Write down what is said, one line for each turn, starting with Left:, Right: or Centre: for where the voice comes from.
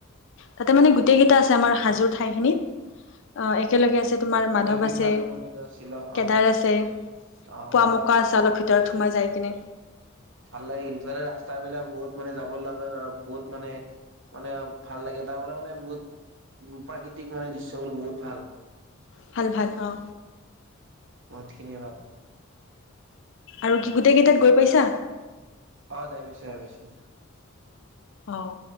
Left: তাতে মানে গোটেইকেইটা আছে আমাৰ হাজোৰ ঠাইখিনিত। অঁ একেলগে আছে তোমাৰ মাধৱ
Right: হয়গ্ৰীৱ
Left: আছে,
Right: মন্দিৰ আছিল অ
Left: কেদাৰ আছে,
Right: অ অ
Left: পুৱামক্কা
Right: অ
Left: আছে, অলপ ভি ভিতৰত সোমাই যায় কিনে
Right: ভাল লাগে ই ৰাস্তাবিলাক, বহুত মানে যাব লাগে, বহুত মানে-মানে ভাল লাগে তাৰ মানে-মানে বহুত উ <unintelligible> প্ৰাকৃতিকভাৱে দৃশ্যবোৰ বহুত ভাল।
Left: ভাল-ভাল অঁ
Right: মতখিনি এবাৰ
Left: আৰু কি গোটেইকেইটাত গৈ পাইছা?
Right: অ যাই পাইছোঁ-পাইছোঁ।
Left: অঁ!